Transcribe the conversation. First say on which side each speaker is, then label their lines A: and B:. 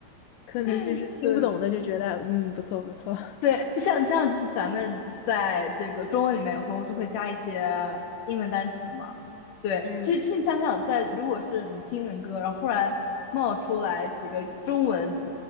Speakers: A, on the left; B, on the left.
A: 可能就是听不懂的就觉得，
B: <laughs> 对，
A: 嗯，不错不错，
B: 对，就像像就是咱们在这个中文里面有时候就会加一些英文单词嘛。
A: <laughs>
B: 对，
A: 嗯，
B: 其实其实你想想在，如果是你听英文歌，然后忽然冒出来几个中文